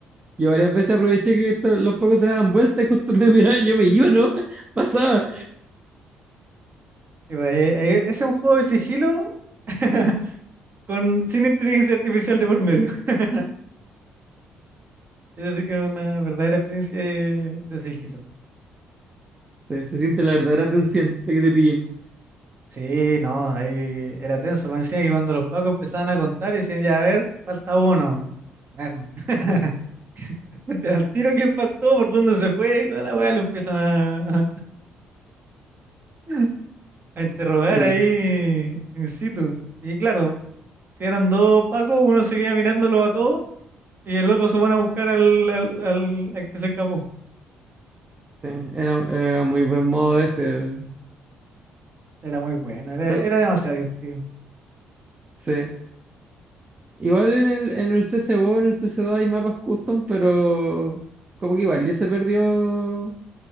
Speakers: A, on the right; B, on the right.
A: Yo varias veces aproveché que esto- los pocos se daban vueltas y justo <laughs> no me miraban, yo me iba, ¿no? <laughs> Pasaba.
B: Y pues, eh, eh, ese es un juego de sigilo <laughs> con, sin inteligencia artificial de por medio. <laughs> Eso sí que es una verdadera experiencia de, de sigilo.
A: Sí, se siente la verdadera tensión de que te pillen.
B: Sí, no, ahí era tenso. Me decían que cuando los pacos empezaban a contar, decían, ya, a ver, falta uno. Claro. <laughs> Cuenten al tiro quién faltó, por dónde se fue y toda la weá, lo empiezan a, <laughs> a interrogar
A: Sí,
B: ahí in situ. Y claro, Si eran dos Pacos, uno se queda mirándolos a todos y el otro se pone a buscar al, al, al- al que se escapó.
A: sí, era, era muy buen modo ese.
B: Era muy bueno, era,
A: Eh,
B: era demasiado divertido.
A: Sí. Igual en el, en el CSGO, en el CS2 hay mapas custom, pero como que igual ya se perdió